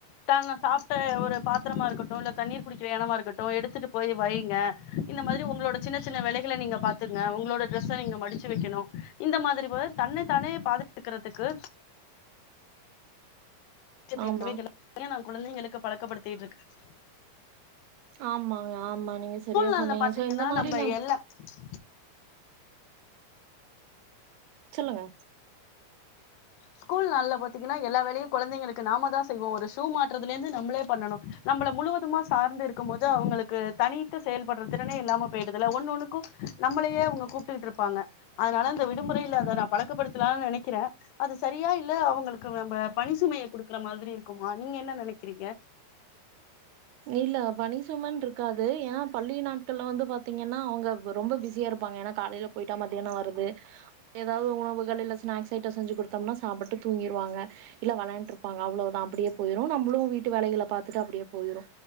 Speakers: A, on the left (about 80°); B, on the right (about 80°).
A: தானா சாப்ட்ட ஒரு பாத்திரமா இருக்கட்டு இல்ல தண்ணீர் குடிக்கிற ஏனம்மா இருக்கட்டு எடுத்துட்டு போய் வைங்க இந்த மாதிரி உங்களோட சின்ன சின்ன வேலைகள நீங்க பாத்துங்க உங்களோட டிரஸ்ஸ நீங்க மடிச்சு வக்கணு இந்த மாதிரி வோர் தன்னை தானே பாதுக்கிறதுக்கு சுய தேவைகள
B: ஆமா
A: நானே நா குழந்தைகளுக்கு பழக்கப்படுத்திட்டு ருக்கே
B: ஆமாங்க ஆமா நீங்க செரியா
A: நாள்ல
B: சொன்னீங்க
A: பாத்தீங்கன்னா
B: இந்த மாதிரி
A: நம்ம
B: நா
A: <unintelligible>
B: சொல்லுங்க
A: ஸ்கூல் நாள்ல பாத்தீங்கன்னா எல்லா வேலையு குழந்தைங்களுக்கு நாம தா செய்வோ ஒரு ஷூ மாட்றதுலிருந்து நம்மளே பண்ணணு நம்மள முழுவதுமா சார்ந்து இருக்கும் போது அவங்களுக்கு தனித்து செயல்படுற திறனே இல்லாம போயி்டுதுல்ல ஒண்ணொண்னு நம்மளையே அவங்க கூப்ட்டுட்டு இருப்பாங்க அதனால இந்த விடுமுறைலே அத நா பழக்கப்படுத்தலானு நெனைக்கிறே அது சரியா இல்ல அவங்களுக்கு நம்ம பணிசுமைய குடுக்குற மாதிரி இருக்குமா நீங்க என்ன நெனைக்கிறீங்க
B: இல்ல பனிசுமனு இருக்காது ஏன்னா பள்ளி நாட்கள்ல வந்து பாத்தீங்கன்னா அவங்க ரொம்ப பிசி பிஸியா இருப்பாங்க ஏனா காலைய போயிட்டா மத்தியானோ வருது ஏதாவது உணவுகல் இல்ல ஸ்நாக்ஸ் ஐட்டம் செஞ்சு கொடுத்தோம்னா சாப்ட்டு தூங்கிடுவாங்க இல்ல விளையாண்ட்டு இருப்பாக அவ்ளோத அப்டியே போயிரு நம்மளு வீட்டு வேலைகள பாத்துட்டு அப்டியே போயிரு